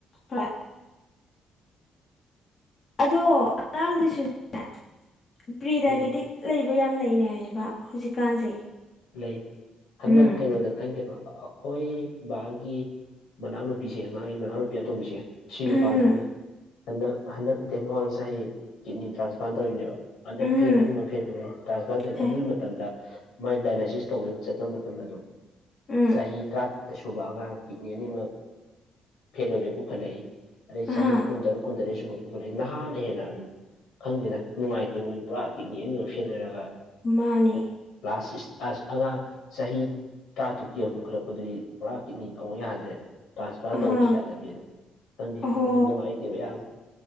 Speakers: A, on the left; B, on the left.
A: ꯍꯣꯏ ꯑꯗꯣ ꯑꯉꯥꯡꯗꯨꯁꯨꯅꯦ ꯄ꯭ꯔꯤꯗꯥꯏꯕꯦꯇꯤꯛ
B: ꯎꯝ
A: ꯂꯩꯕ ꯌꯥꯝ ꯂꯩꯅꯔꯦꯕ ꯍꯧꯖꯤꯛꯀꯥꯟꯁꯦ
B: ꯂꯩ ꯍꯟꯗꯛ
A: ꯎꯝ
B: ꯀꯩꯅꯣꯗ ꯈꯪꯒꯦ ꯑꯩꯈꯣꯏ ꯕꯥꯒꯤ ꯃꯅꯥꯎꯅꯨ ꯄꯤꯁꯦ ꯃꯥꯒꯤ ꯃꯅꯥꯎ ꯅꯨꯨꯄꯤ ꯑꯇꯣꯝꯕꯤꯁꯦ ꯁꯤ ꯅꯨꯄꯥꯁꯤꯅ
A: ꯎꯝ ꯎꯝ
B: ꯍꯟꯗꯛ ꯍꯟꯗꯛ ꯅꯠꯇꯦ ꯃꯃꯥꯡ ꯆꯍꯤ ꯀꯤꯠꯅꯤ ꯇ꯭ꯔꯥꯟꯁꯄ꯭ꯂꯥꯟ ꯇꯧꯔꯤꯅꯦꯕ ꯍꯟꯗꯛ
A: ꯎꯝ
B: ꯐꯦꯜ ꯑꯅꯤꯃꯛ ꯐꯦꯟ ꯑꯣꯏꯕꯩ ꯇ꯭ꯔꯥꯟꯁꯄ꯭ꯂꯥꯟ ꯇꯩꯅꯤ
A: ꯍꯦ
B: ꯑꯗꯨꯏ ꯃꯇꯝꯗ ꯃꯥꯥꯏ ꯗꯥꯏꯂꯥꯏꯁꯤꯁ ꯇꯧꯕ ꯆꯠꯄ ꯃꯇꯝꯗ ꯑꯗꯨꯝ
A: ꯎꯝ
B: ꯆꯍꯤ ꯇꯔꯥꯇꯦꯠ ꯁꯨꯕ ꯑꯉꯥꯡ ꯀꯤꯠꯅꯤ ꯑꯅꯤꯃꯛ ꯐꯦꯜ ꯑꯣꯏꯕꯩ ꯄꯨꯈꯠꯂꯛꯏ ꯑꯗꯩ ꯆꯍꯤ
A: ꯑꯍꯥ
B: ꯀꯨꯟꯇꯔꯨꯛ ꯀꯨꯟꯇꯔꯦꯠꯁꯨꯕ ꯑꯗꯨ ꯑꯩ ꯅꯍꯥꯟꯅ ꯍꯦꯟꯅ ꯑꯗꯨꯝ ꯈꯪꯗꯦꯅ ꯅꯨꯡꯉꯥꯏꯇꯦ ꯃꯣꯏꯗꯨ ꯄꯨꯔꯥ ꯀꯤꯠꯅꯤ ꯑꯅꯤꯃꯛ ꯁꯦꯟꯅꯔꯒ
A: ꯃꯥꯅꯦ
B: ꯀ꯭ꯂꯥꯁ ꯑꯉꯥꯡ ꯆꯍꯤ ꯇꯔꯥ ꯇꯨꯛꯀꯤ ꯑꯃ ꯄꯨꯈꯠꯂꯛꯄꯗꯨꯗꯤ ꯄꯨꯔꯥ ꯀꯤꯠꯅꯤꯗ ꯑꯃꯨꯛ ꯌꯥꯗ꯭ꯔꯦ ꯑꯗꯨꯝ ꯇ꯭ꯔꯥꯟꯁꯄ꯭ꯂꯥꯟ
A: ꯑꯍꯥ
B: ꯇꯧꯕꯁꯨ ꯌꯥꯗꯕꯤ ꯑꯗꯨꯝ ꯈꯪꯗꯦ
A: ꯑꯍꯣ
B: ꯑꯗꯨ ꯅꯨꯡꯉꯥꯏꯇꯦꯕ ꯌꯥꯝ